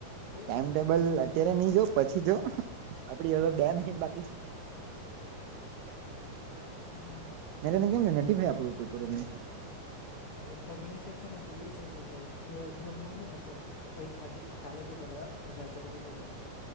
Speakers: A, on the left; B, on the right.
A: ખોલ
B: ટાઈમટેબલ
A: ને પછી મને
B: અત્યારે
A: કે
B: નઈ જો પછી જો. આપડી હ બે મિનિટ બાકી છે.
A: હમ
B: મેં તને કેમ ન નથી ભાઈ આપણું પેપર ઓગનીસ એ.
A: અરે ઓગણીસે છે, ને તવીસે છે ભાઈ બ્રહ્મા ન ર તો પ આજે કાલે પેપર બરાબર અઢાર તારીખે પેપર